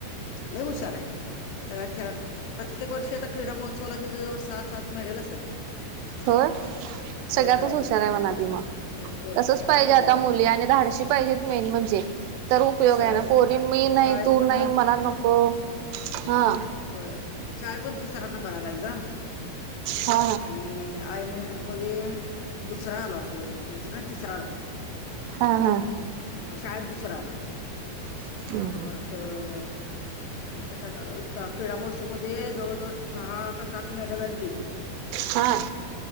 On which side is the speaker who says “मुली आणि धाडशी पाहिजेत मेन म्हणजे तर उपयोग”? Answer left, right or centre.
Right